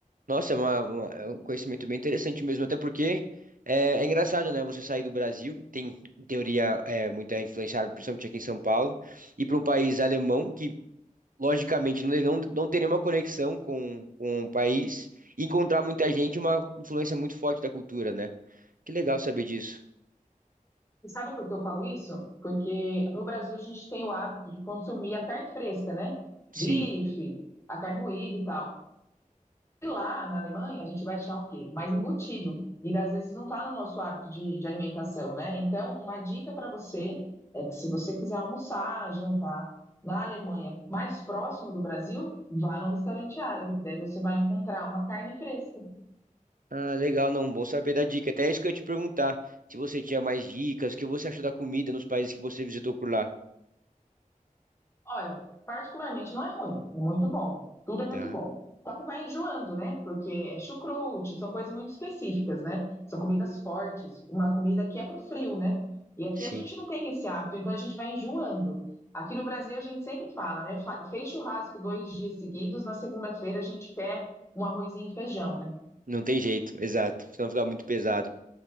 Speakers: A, on the right; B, on the left.
A: Nossa, é, uma- uma- é um conhecimento bem interessante mesmo, até porque é, é engraçado, né? Você sair do Brasil, tem, em teoria, é, muita influenciada, principalmente aqui em São Paulo, e para um país alemão que, logicamente, não, não, não tem nenhuma conexão com, com o país, e encontrar muita gente, é uma influência muito forte da cultura, né? Que legal saber disso.
B: E sabe por que eu falo isso? Porque no Brasil a gente tem o hábito de consumir a carne fresca, né?
A: Sim.
B: Bife, a carne moída e tal. E lá na Alemanha a gente vai achar o quê? Mais embutido. E às vezes não está no nosso hábito de, de alimentação, né? Então, uma dica para você é que se você quiser almoçar, jantar na Alemanha, mais próximo do Brasil, vá num restaurante árabe. Daí você vai encontrar uma carne fresca.
A: Ah, legal, não, bom saber da dica. Até isso que eu ia te perguntar, se você tinha mais dicas, o que você achou da comida nos países que você visitou por lá.
B: Olha, particularmente não é ruim, é muito bom. Tudo é muito
A: Tá.
B: bom. Só que vai enjoando, né? Porque é chucrute, são coisas muito específicas, né? São comidas fortes, uma comida que é pro frio, né? E aqui
A: Sim.
B: a gente não tem esse hábito, então a gente vai enjoando. Aqui no Brasil a gente sempre fala, né? Fa- Fez churrasco dois dias seguidos, na segunda-feira a gente quer um arrozinho e feijão, né?
A: Não tem jeito, exato. Senão fica muito pesado.